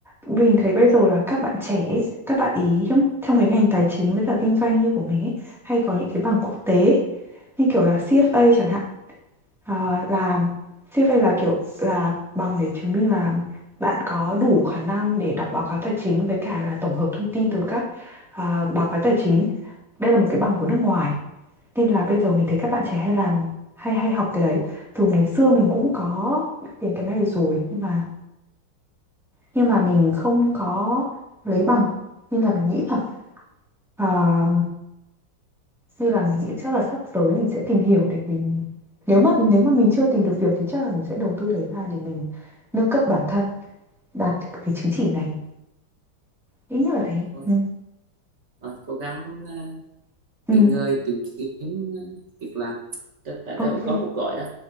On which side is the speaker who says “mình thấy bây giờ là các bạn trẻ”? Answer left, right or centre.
Centre